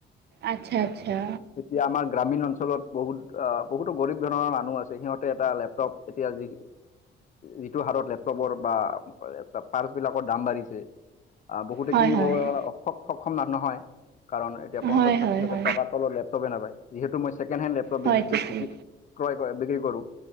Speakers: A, on the right; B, on the left.
A: আচ্ছা, আচ্ছা।
B: এতিয়া আমাৰ গ্ৰামীণ অঞ্চলত বহুত বহুতো গৰীব ধৰণৰ মানুহ আছে, সিহঁতে এটা লেপটপ এতিয়া যি যিটো হাৰত লেপটপৰ বা পাৰ্চ বিলাকৰ দাম বাঢ়িছে, আহ বহুতে
A: হয়
B: কিনিব
A: হয়।
B: স-সক্ষম <unintelligible> নহয়। কাৰণ এতিয়া পঞ্চাশ,
A: হয়
B: ষাঠি
A: হয়
B: হাজাৰ
A: হয়
B: টকাৰ তলত লেপটপে নাপায়। যিহেতু মই ছেকেণ্ড হেণ্ড লেপটপ
A: হয়
B: <unintelligible>
A: ঠিকেই
B: ক্ৰয় কৰে, বিক্ৰী কৰো।